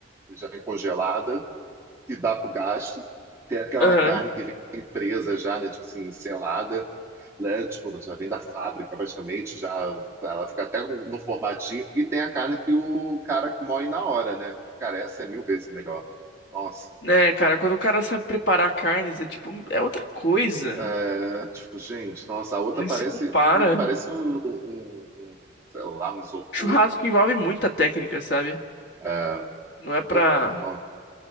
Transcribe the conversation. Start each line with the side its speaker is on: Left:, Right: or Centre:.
Right: que já vem congelada, que dá pro gasto, tem aquela
Left: aham.
Right: carne que vem presa já, né? Tipo assim, selada, né? Tipo, já vem da fábrica, praticamente, já ela fica até no no formatinho, e tem a carne que o cara moe na hora, né? Cara, essa é mil vezes melhor. Nossa.
Left: Né, cara, quando o cara sabe preparar carnes, é tipo, é outra coisa.
Right: É, tipo, gente, nossa, a outra
Left: Nem
Right: parece,
Left: se compara.
Right: tem uma que parece um, um- um, sei lá, um isopor.
Left: Churrasco que envolve muita técnica, sabe?
Right: É,
Left: Não é pra.
Right: total.